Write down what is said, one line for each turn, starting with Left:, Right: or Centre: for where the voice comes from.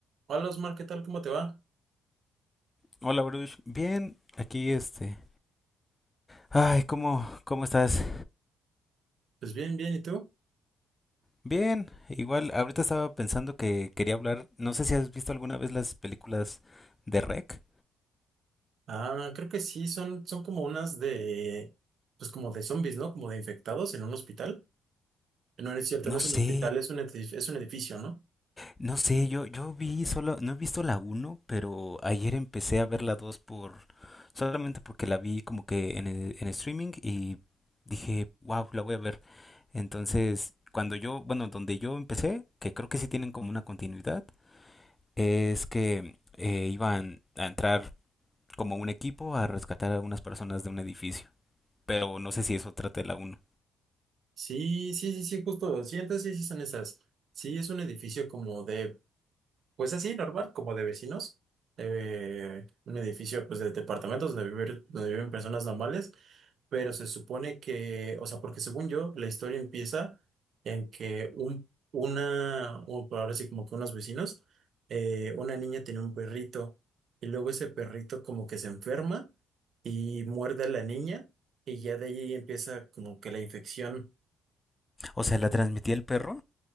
Right: Hola Osmar, ¿qué tal? ¿Cómo te va?
Left: Hola, Bruce. Bien, aquí este. Ay, ¿cómo, cómo estás?
Right: Pues bien, bien, ¿y tú?
Left: Bien, igual ahorita estaba pensando que quería hablar. No sé si has visto alguna vez las películas de REC.
Right: Ah, creo que sí, son, son como unas de, pues como de zombies, ¿no? Como de infectados en un hospital. No, no es cierto, no
Left: No
Right: es
Left: sé,
Right: un hospital, es un edificio, es un edificio, ¿no?
Left: no sé, yo, yo vi solo, no he visto la uno, pero ayer empecé a ver la 2 por, solamente porque la vi como que en, el- en streaming y dije, wow, la voy a ver. Entonces, cuando yo, bueno, donde yo empecé, que creo que sí tienen como una continuidad, Es que eh, iban a entrar como un equipo a rescatar a unas personas de un edificio. Pero no sé si eso trata la uno
Right: Sí, sí, sí, sí, justo, sí, entonces sí, sí son esas. Sí, es un edificio como de, pues así, normal, como de vecinos. Eh, un edificio, pues, de departamentos donde vivir- donde viven personas normales. pero se supone que, o sea, porque según yo, la historia empieza en que un, una, o por ahora sí como que unos vecinos, eh, una niña tenía un perrito y luego ese perrito como que se enferma y muerde a la niña y ya de ahí empieza como que la infección.
Left: O sea, la transmitía el perro.